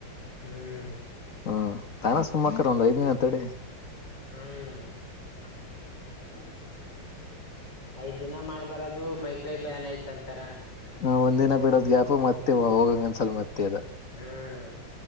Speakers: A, on the left; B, on the left.
A: ಹ್ಮ್
B: ಹ್ಮ್ ತಾನ ಸುಮ್ಮಾಕ್ಕ ಒಂದ್ ಐದ ದಿನ ತಡೆ <unintelligible>
A: ಹ್ಮ್ ಐದ್ ದಿನ ಮಾಡಿ ಬರೋದು. ಮೈ ಕೈ ಬ್ಯಾನ್ ಐತ್ ಅಂತಾರ
B: ಹ ಒಂದ್ನ ಬಿಡೋದ್ ಗ್ಯಾಪ್ ಮತ್ತೆ ಹೋಗಂಗಂದಸಲ್ ಮತ್ತೆ ಅದ
A: ಹಾಞ